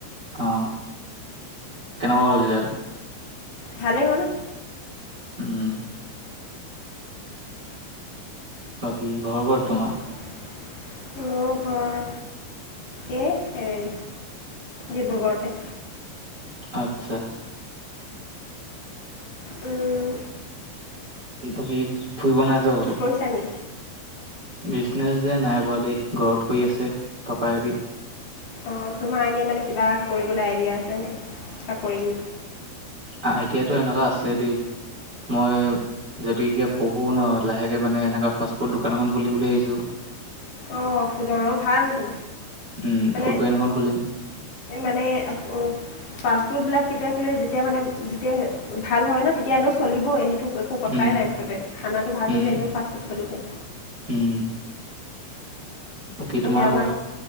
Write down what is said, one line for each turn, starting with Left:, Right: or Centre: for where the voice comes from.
Right: অ কেনেকুৱা হল ৰিজাল্ট?
Left: ভালে হল।
Right: উম বাকী ঘৰ কত তোমাৰ?
Left: <inaudible> মোৰ ঘৰ, এই হেৰি ডিব্ৰুগড়তে।
Right: আচ্ছা।
Left: উম।
Right: বাকী ফুৰিব নাযাওঁ কতো?
Left: পইছা নী
Right: বিজনেছ যে নাই কৰা দেই, ঘৰত কৰি আছে, পাপা হেতি।
Left: অ' তোমাৰ এনেই মানে কিবা কৰিবলৈ আইডিয়া আছেনে, কিবা কৰিম
Right: আইডিয়াটো এনেকুৱা আছে দেই, মই যদি এতিয়া পঢ়ো ন, লাহেকে মানে এনেকুৱা ফাষ্ট ফুড দোকান এখন খুলিম বুলি ভাবিছো।
Left: অ' ফুডৰ ভালটো,
Right: উম
Left: মানে
Right: ফুড ভেন এখন খুলিম
Left: মানে <unintelligible> পাছপোৰ্ট বিলাক কেতিয়া খুলে, যেতিয়া মানে, যেতিয়া ভাল হয় ন, তেতিয়া এনে চলিবই। এই একো কথাই
Right: উম
Left: নাই মুঠতে, খানাটো ভাল
Right: উম
Left: হলে, এনেও ফাষ্টফুড চলিব।
Right: উম। বাকী
Left: তাকে
Right: তোমাৰ
Left: আমাৰ
Right: কোৱা